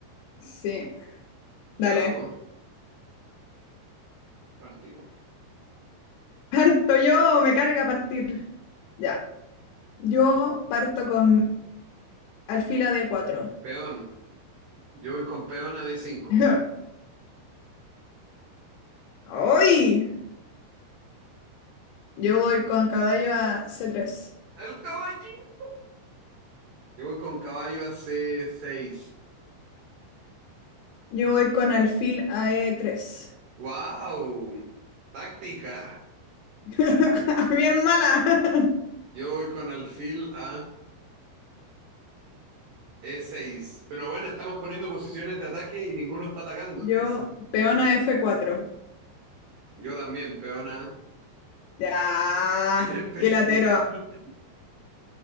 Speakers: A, on the left (about 80°); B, on the right (about 90°).
A: Sí, dale.
B: Ya vamos, partimos.
A: Parto yo, me carga partir. Ya, yo parto con alfila de cuatro.
B: Peón, yo voy con peón a d cinco.
A: <laughs> ¡Uy! Yo voy con caballo a c tres.
B: ¡El caballito! Yo voy con caballo a c seis.
A: Yo voy con alfil a e tres.
B: ¡Wow! ¡Táctica!
A: <laughs> Bien mala. <laughs>
B: Yo voy con alfil a E6. Pero bueno, estamos poniendo posiciones de ataque y ninguno está atacando.
A: Yo,
B: Entonces,
A: peón a f cuatro.
B: yo también, peón a
A: Ya,
B: <laughs> F5.
A: qué latero.